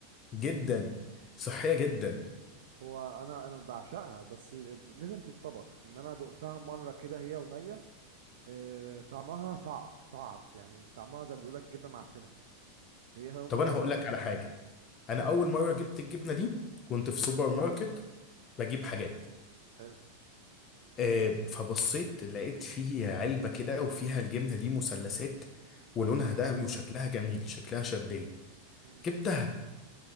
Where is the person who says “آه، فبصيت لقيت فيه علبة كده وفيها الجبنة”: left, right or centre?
Left